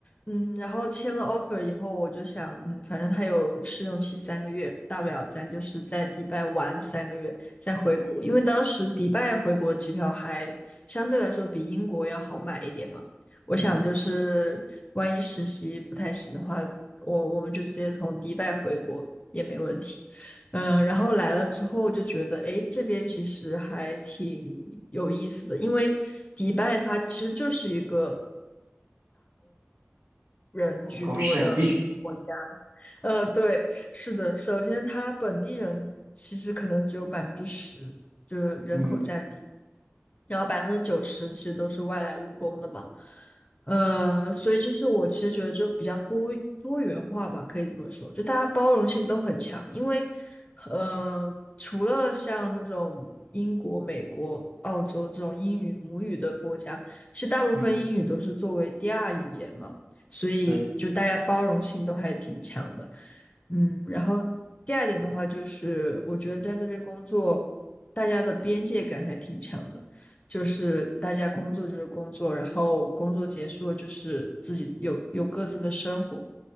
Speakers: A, on the left (about 30°); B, on the right (about 65°).
A: 嗯，然后签了 offer 以后，我就想，嗯，反正他有试用期三个月，大不了咱就是在迪拜玩三个月再回国，
B: 嗯
A: 因为当时迪拜回国机票还相对来说比英国要好买一点嘛。我想就是万一实习不太行的话，
B: 嗯，
A: 我我们就直接从迪拜回国也没问题。嗯，然后来了之后我就觉得，哎，这边其实还挺有意思的，因为迪拜它其实就是一个人居多的国家。
B: 打工圣地。
A: 呃，对，是的，首先它本地人其实可能只有百分之十，就是人口占比。
B: <laughs> 嗯
A: 然后百分之九十其实都是外来务工的嘛，呃，所以就是我其实觉得就比较多多元化吧，可以这么说，就大家包容性都很强，因为，呃，除了像那种英国、美国、澳洲这种英语母语的国家，其实大部分英语都是作为第二语言嘛，
B: 嗯。
A: 所以就大家包容性都还挺强的，
B: 对。
A: 嗯，然后第二点的话就是，我觉得在这边工作，大家的边界感还挺强的。就是大家工作就是工作，然后工作结束了就是自己有有各自的生活，